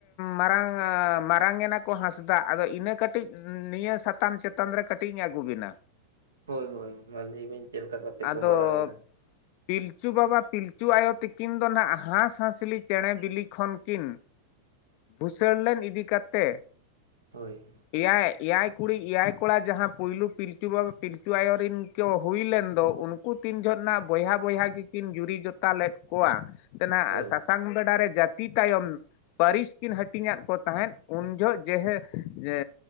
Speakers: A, on the left (about 45°); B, on the right (about 70°).
A: ᱢᱟᱨᱟᱝ ᱟ.... ᱢᱟᱨᱟᱝ ᱮᱱᱟᱜ ᱠᱚ ᱦᱟᱸᱥᱫᱟᱜ ᱟᱫᱚ ᱤᱱᱟᱹ ᱠᱟᱹᱴᱤᱡ ᱱᱤᱭᱟᱹ ᱥᱟᱛᱟᱢ ᱪᱮᱛᱟᱱ ᱨᱮ ᱠᱟᱹᱴᱤᱡ ᱤᱧ ᱟᱹᱜᱩ ᱵᱤᱱᱟ
B: ᱦᱚᱭ ᱦᱚᱭ ᱢᱟ ᱞᱟᱹᱭ ᱵᱤᱱ ᱪᱮᱫ ᱞᱮᱠᱟ ᱠᱟᱛᱮ
A: ᱟᱫᱚ
B: ᱠᱚ ᱢᱟᱨᱟᱝ ᱮᱱᱟ
A: ᱯᱤᱞᱪᱩ ᱵᱟᱵᱟ ᱯᱤᱞᱪᱩ ᱟᱭᱳ ᱛᱤᱠᱤᱱ ᱫᱚ ᱱᱟᱦᱟᱸᱜ ᱦᱟᱸᱥᱼᱦᱟᱸᱥᱞᱤ ᱪᱮᱬᱮ ᱵᱤᱞᱤ ᱠᱷᱚᱱ ᱠᱤᱱ ᱵᱷᱩᱥᱟᱹᱲ ᱞᱮᱱ ᱤᱫᱤ ᱠᱟᱛᱮ
B: ᱦᱚᱭ
A: ᱮᱭᱟᱭ ᱮᱭᱟᱭ ᱠᱩᱲᱤ ᱮᱭᱟᱭ ᱠᱚᱲᱟ ᱡᱟᱦᱟᱸ ᱯᱩᱭᱞᱩ ᱯᱤᱞᱪᱩ ᱵᱟᱵᱟ ᱯᱤᱞᱪᱩ ᱟᱭᱳᱤᱱ ᱠᱚ ᱦᱩᱭ ᱞᱮᱱ ᱟᱫᱚ ᱩᱱᱠᱩ ᱛᱤᱱ ᱡᱷᱚᱜᱱᱟᱜ ᱵᱚᱭᱦᱟ ᱵᱚᱭᱦᱟ ᱜᱮᱠᱤᱱ ᱡᱩᱨᱤ ᱡᱚᱛᱟ ᱞᱮᱫ ᱠᱚᱣᱟ ᱛᱮᱱᱟᱜ
B: ᱦᱳᱭ
A: ᱥᱟᱥᱟᱝ ᱵᱮᱰᱟ ᱨᱮ ᱡᱟᱹᱛᱤ ᱛᱟᱭᱚᱢ ᱯᱟᱹᱨᱤᱥ ᱠᱤᱱ ᱦᱟᱹᱴᱤᱧᱫ ᱠᱚ ᱛᱟᱦᱮᱸᱫ ᱩᱱ ᱡᱚᱦᱚᱜ ᱡᱮᱦᱮ ᱡᱮᱻ